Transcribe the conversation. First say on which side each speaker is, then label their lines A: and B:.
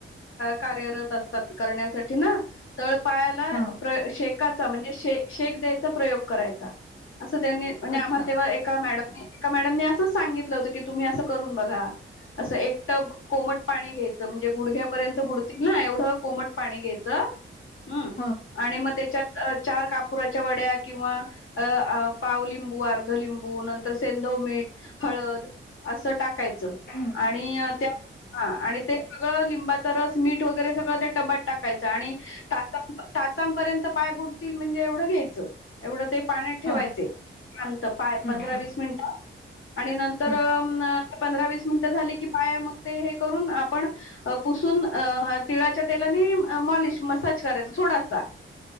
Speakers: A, on the left; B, on the left.
A: कार्यरत असतात करण्यासाठी ना. <unintelligible> पायाला
B: हा
A: प्र शेक. शेका म्हणजे शे शेक द्यायचा प्रयोग करायचा. असं त्यांनी म्हणजे
B: अच्छा
A: आम्हाला तेव्हा एका मॅडम एका मॅडमनी असंच सांगितलं होतं की तुम्ही असं करून बघा असं एक टब कोमट पाणी घ्यायचं म्हणजे गुडघ्यापर्यंत बुडतील ना एवढं कोमट पाणी घ्यायचं. हम्म
B: हा
A: आणि मग त्याच्या चार कापुराच्या वड्या किंवा पावलिंबू अर्ध लिंबू नंतर सेंधव मठ हळद असं टाकायचं.
B: हम्म
A: आणि हा ते. सगळं लिंबाच रस मीठ वगैरे सगळं त्या टब्यात टाकायचं आणि तचांपर्यंत पाय बुडतील म्हणजे एवढं घ्यायचं एवढं. ते पाण्यात ठेवायचे
B: हा
A: श पाय
B: हं,
A: पंधरा
B: हं,
A: वस मिनट आणि नंतर
B: हं.
A: पंधरा-वीस एक मिनिट झाले की पाय मग ते हे करून आपण पुसून हा तिळा च्या तेलाने मालिश मस्त. सच करायच थोडासा